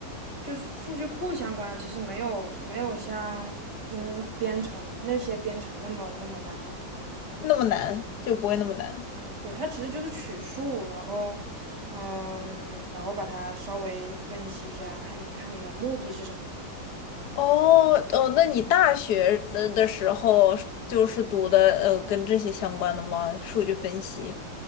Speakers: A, on the right; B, on the left.
A: 就是数据库相关的，其实没有没有像嗯编程那些编程那么那么那个。
B: 那么难就不会那么难。
A: 对，它其实就是取数，然后嗯，然后把它稍微分析一下，看你看你的目的是什么嘛。
B: 哦哦，那你大学的的时候就是读的呃跟这些相关的吗？数据分析。